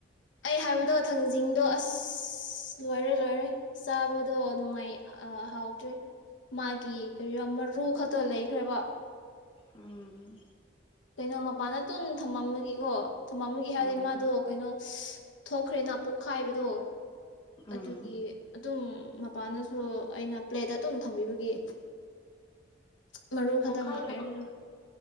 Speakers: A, on the left (about 80°); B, on the left (about 30°).
A: ꯑꯩ ꯍꯥꯏꯕꯗꯣ ꯊꯥꯡꯖꯤꯡꯗꯣ ꯑꯁ ꯂꯣꯏꯔꯦ ꯂꯣꯏꯔꯦ ꯆꯥꯕꯗꯣ ꯅꯨꯡꯉꯥꯏ ꯍꯥꯎꯇ꯭ꯔꯦ ꯃꯥꯒꯤ ꯀꯔꯤ ꯃꯔꯨ ꯈꯛꯇꯣ ꯂꯩꯈ꯭ꯔꯦꯕ
B: ꯎꯝ
A: ꯀꯩꯅꯣ ꯃꯄꯥꯟꯗ ꯇꯨꯝ ꯊꯝꯃꯝꯕꯒꯤꯀꯣ ꯊꯝꯕꯃꯒꯤ ꯍꯥꯏꯔꯗꯤ
B: ꯎꯝ
A: ꯃꯥꯗꯣ ꯀꯩꯅꯣ ꯊꯣꯛꯈ꯭ꯔꯦꯅ ꯄꯣꯛꯈꯥꯏꯕꯗꯣ
B: ꯎꯝ
A: ꯑꯗꯨꯒꯤ ꯑꯗꯨꯝ ꯃꯄꯥꯟꯗꯁꯨ ꯑꯩꯅ ꯄ꯭ꯂꯦꯠ ꯑꯗꯨꯝ ꯊꯝꯕꯤꯕꯒꯤ ꯃꯔꯨ ꯈꯛꯇꯪ
B: ꯄꯣꯛꯈꯥꯏꯗꯕ
A: ꯉꯥꯏꯔ